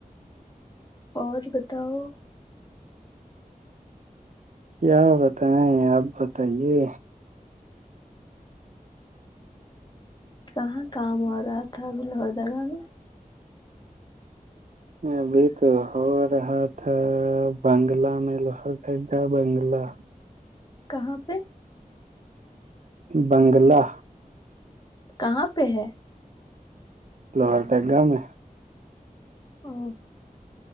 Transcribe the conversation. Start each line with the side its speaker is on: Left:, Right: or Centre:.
Left: اور بتاؤ
Right: کیا بتائیں آپ بتائیے
Left: کہاں کام ہو رہا تھا ابھی لوہر دگاہ میں
Right: ابھی تو ہو رہا تھا بنگلہ میں لوہار دگا بنگلہ
Left: کہاں پہ
Right: بنگلہ
Left: کہاں پہ ہے
Right: لوہردگا میں
Left: او